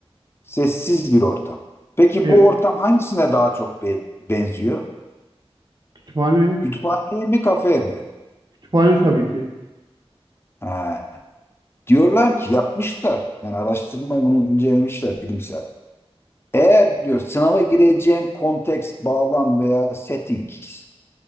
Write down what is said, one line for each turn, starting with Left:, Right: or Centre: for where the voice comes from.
Left: Sessiz bir ortam. Peki
Right: Evet,
Left: bu ortam hangisine daha çok be- benziyor?
Right: kütüphane,
Left: Kütüphaneye mi, kafeye mi?
Right: kütüphane tabii ki.
Left: Ha, diyorlar ki yapmışlar. Yani araştırma bunu incelemişler bilimsel. Eğer diyor sınava gireceğin konteks, bağlam veya settings